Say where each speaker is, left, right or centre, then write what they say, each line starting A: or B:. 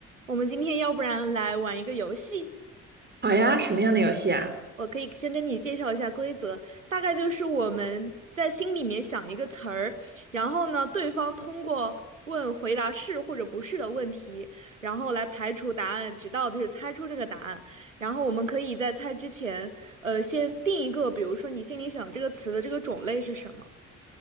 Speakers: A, on the right (about 85°); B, on the right (about 25°).
A: 我们今天要不然来玩一个游戏，
B: 好呀，什么样的游戏啊？
A: 我可以先跟你介绍一下规则，大概就是我们在心里面想一个词儿，然后呢，对方通过问回答是或者不是的问题，然后来排除答案，直到就是猜出这个答案。然后我们可以在猜之前，呃，先定一个，比如说你心里想这个词的这个种类是什么？